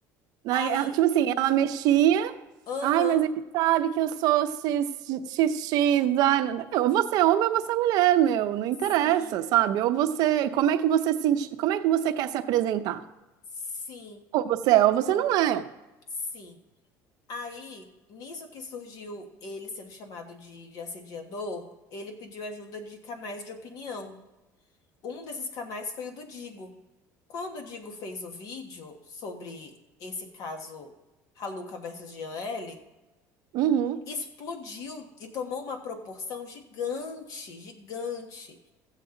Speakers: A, on the right; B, on the left.
A: Daí,
B: Aí,
A: ela- tipo assim, ela mexia.
B: aham,
A: Ai, mas ele sabe que eu sou cis- XX. Ai, não- eu, ou você é homem ou você é mulher, meu. Não interessa,
B: sim,
A: sabe? Ou você. Como é que você se, enx- como é que você quer se apresentar?
B: sim,
A: Ou você é ou você não é.
B: sim. Aí, nisso que surgiu ele sendo chamado de, de assediador, ele pediu ajuda de canais de opinião. Um desses canais foi o do Digo. Quando o Digo fez o vídeo sobre esse caso Haluca versus Jean L.,
A: Uhum.
B: explodiu e tomou uma proporção gigante, gigante.